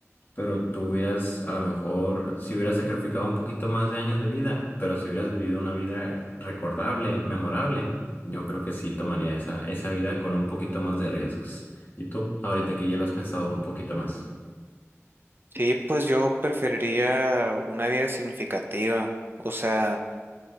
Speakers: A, on the left; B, on the right.
A: pero tú hubieras, a lo mejor, si hubieras sacrificado un poquito más de años de vida, pero si hubieras vivido una vida recordable, memorable, yo creo que sí tomaría esa, esa vida con un poquito más de riesgos. ¿Y tú? Ahorita que ya lo has pensado un poquito más.
B: Sí, pues yo preferiría una vida significativa, o sea,